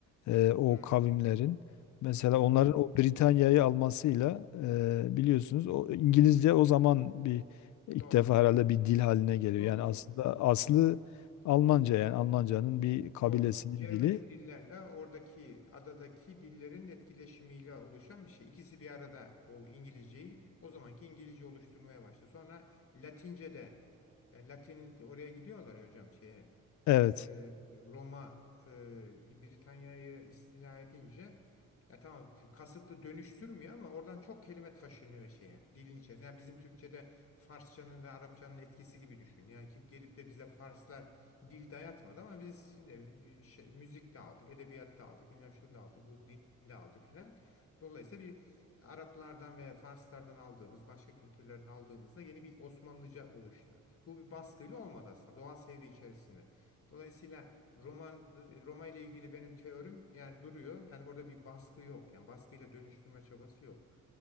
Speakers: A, on the left; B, on the left.
A: e, o
B: Hı hı,
A: kavimlerin mesela
B: hı
A: onların
B: hı.
A: o Britanya'yı almasıyla e, biliyorsunuz o İngilizce o zaman bir ilk
B: Doğru.
A: defa herhalde bir dil haline geliyor.
B: Doğru
A: Yani aslında
B: doğru.
A: aslı
B: Hı hı.
A: Almanca yani Almanca'nın bir kabilesinin
B: Doğru. Cermenik
A: dili.
B: dillerle oradaki adadaki dillerin etkileşimiyle oluşan bir şey. İkisi bir arada ol İngilizceyi o zamanki İngilizce oluşturmaya başladı. Sonra Latince de e, Latin oraya gidiyorlar ya hocam şeye
A: Evet.
B: e, Roma e, Britanya'yı istila edince ya tamam kasıtlı dönüştürmüyor ama oradan çok kelime taşınıyor şeye dilin içerisine. Yani bizim Türkçe'de Farsçanın ve Arapçanın etkisi gibi düşün. Yani kim gelip de bize Farslar dil dayatmadı ama biz şimdi ne bileyim bir şey müzikte aldık, edebiyatta aldık, bilmem şurada aldık, bu dinde aldık filan. Dolayısıyla bir Araplardan ve Farslardan aldığımız, başka kültürlerden aldığımızda yeni bir Osmanlıca oluştu. Bu bir baskıyla olmadı aslında, doğal seyri içerisinde. Dolayısıyla roman Roma ile ilgili benim teorim yani duruyor. Yani orada bir baskı yok. Yani baskıyla dönüştürme çabası yok.